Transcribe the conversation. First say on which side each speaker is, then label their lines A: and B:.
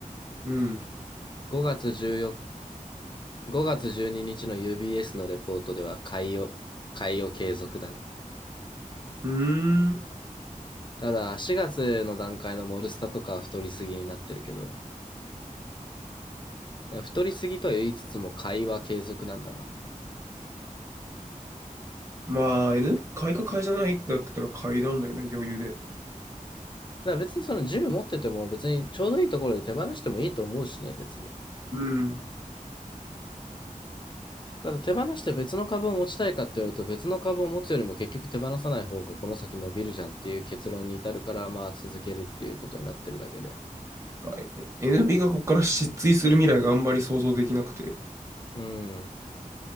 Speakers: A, on the right; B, on the left.
A: うん。
B: 5月14、5月12日の UBS のレポートでは買いを、買いを継続だね。
A: うーん。
B: ただ4月の段階のモルスタとかは太りすぎになってるけど、太りすぎとは言いつつも買いは継続なんだな。
A: まあ、NB 買いか買いじゃないってなってたら買いなんだよね、余裕で。
B: だから別にその10持ってても別にちょうどいいところで手放してもいいと思うしね、別に。
A: うん。
B: ただ手放して別の株を持ちたいかって言われると別の株を持つよりも結局手放さない方がこの先伸びるじゃんっていう結論に至るからまあ続けるっていうことになってるだけで。
A: 買い NB がここから失墜する未来があんまり想像できなくて。
B: うん。